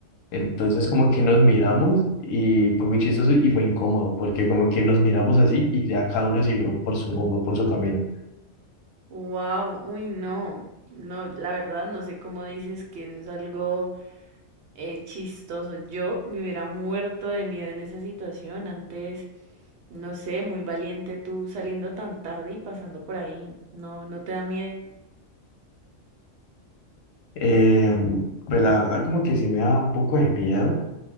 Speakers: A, on the left; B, on the right.
A: Entonces como que nos miramos y fue muy chistoso y fue incómodo porque como que nos miramos así y ya cada uno siguió por su rumbo, por su camino.
B: Wow, uy, no. No, la verdad no sé cómo dices que eso es algo eh, chistoso. Yo me hubiera muerto de miedo en esa situación. Antes, no sé, muy valiente tú saliendo tan tarde y pasando por ahí. No, no te da miedo.
A: Eh, pues la verdad como que sí me da un poco de miedo